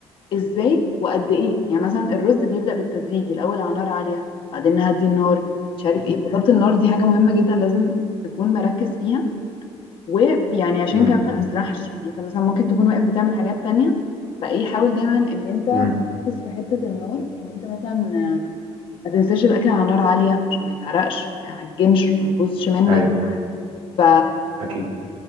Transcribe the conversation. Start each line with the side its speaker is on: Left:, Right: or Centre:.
Left: ازاي وقد ايه يعني مثلا الرز بيبدأ بالتدريج الاول على نار عالية بعدين نهدي النار مش عارف ايه فضبط النار دي حاجة مهمة جدا لازم تكون مركز فيها ويعني عشان
Right: امم
Left: كمان ما تسرحش يعني انت مثلا ممكن تكون واقف بتعمل حاجات تانية فايه حاول دايما ان انت
Right: امم
Left: تركز في حتة النار ان انت مثلا آم، ما تنساش الاكل على نار عالية عشان ما يتحرقش ما يعجنش ما يبوظش منك
Right: ايوه
Left: ف
Right: اكيد